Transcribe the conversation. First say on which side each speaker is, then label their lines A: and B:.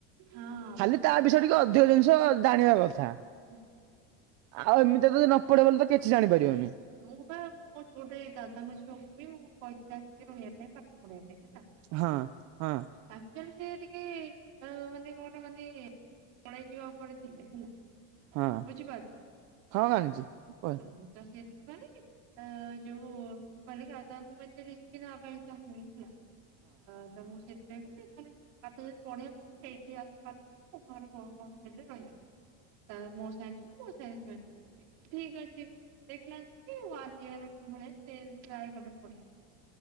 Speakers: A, on the right (about 65°); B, on the right (about 45°).
A: ହଁ
B: ଖାଲି
A: ବା
B: ତା
A: ସେ
B: ବିଷୟରେ ଟିକେ ଅ ଧିକ ଜିନିଷ ଜାଣିବା କଥା।
A: ହଁ ହଁ।
B: ଆଉ ଏମିତିରେ ତ ନ ପଢିବ ବୋଲି ତ କିଛି ଜାଣିପାରିବନି।
A: ମୁଁ ପା ମୋ ଗୋଟେ ଦାଦାଙ୍କ ଝିଅଙ୍କୁ ବି ମୁଁ କହିଥିଲି ଆସିକି ରହିବା ପାଇଁ ପାଠ ପଢେଇବା ପାଇଁ ହେଲା।
B: ହଁ ହଁ।
A: ଆକ୍ଚୁଆଲି ସି ଟିକେ ଅ ମାନେ କଣ ମାନେ ପଳେଇ ଯିବା ଉପରେ ଥିଲେ ହେଲା।
B: ହଁ
A: ବୁଝିପାରୁଛ
B: ହଁ ଜାଣିଛି ହଁ
A: ହୁଁ ତ ସେ ସେଥିପାଇଁ ଅ ଯୋଉ କହିଲେ କି ଆଉ ତ ମୁଁ ଏତେ ରିସ୍କି ନବା ପାଇଁ ଚାହୁଁନି ହେଲା। ଅ <unintelligible> ମୁଁ ସେଠ <unintelligible> ତାହାଲେ ପାଠ ଯଦି ପଢେଇବାକୁ <unintelligible> ଏଇଠି ଆସି ପାଠପଢ ମୁଁ ପାଖରେ ଉ ଉ ହଷ୍ଟେଲରେ ରହିବା ପାଇଁ। ତାହାଲେ ମୋ ସାଙ୍ଗେ ଯିବୁ ମୋ ସାଙ୍ଗ <unintelligible> ଠିକ ଅଛି ଦେଖିଲା <unintelligible> ୱାନ ଇୟର ଭଳିଆ ସେ ଟ୍ରାଏ କଲେ ପଢିବା ପାଇଁ।